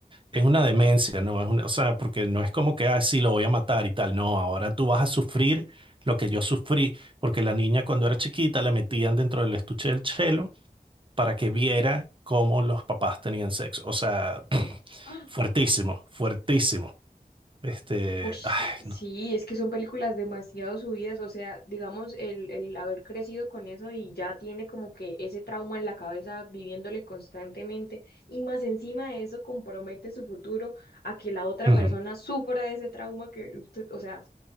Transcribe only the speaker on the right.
es una demencia, ¿no? Es una, o sea, porque no es como que, ah, sí, lo voy a matar y tal. No, ahora tú vas a sufrir lo que yo sufrí, porque la niña cuando era chiquita la metían dentro del estuche del chelo para que viera cómo los papás tenían sexo. O sea, <clears throat>
fuertísimo, fuertísimo. Este,
ay,
no.
Ujú.